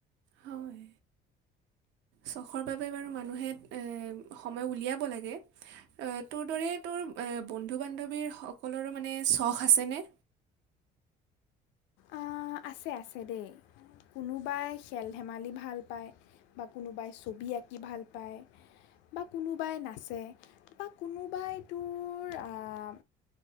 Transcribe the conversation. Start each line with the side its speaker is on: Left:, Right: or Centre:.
Right: হয় চ'খৰ বাবে বাৰু মানুহে এই সময় উলিয়াব লাগে। এ তোৰ দৰে তোৰ এ বন্ধু বান্ধৱীৰ সকলৰো মানে চখ আছেনে?
Left: অঁ আছে আছে দেই, কোনোবাই খেল ধেমালি ভাল পায় বা কোনোবাই ছবি আঁকি ভাল পায়, বা কোনোবাই নাচে বা কোনোবাই তোৰ আঁ